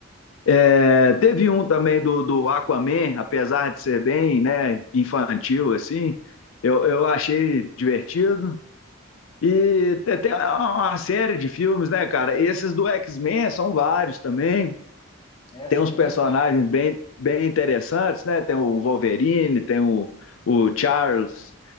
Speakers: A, on the left (about 70°); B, on the left (about 25°).
A: É, teve um também do, do Aquaman, apesar de ser bem né, infantil, assim, eu, eu achei divertido. E te- tem uma série de filmes, né, cara? Esses do X-Men são vários também.
B: É,
A: Tem
B: são
A: uns
B: muitos.
A: personagens bem, bem interessantes, né? Tem o Wolverine, tem o, o Charles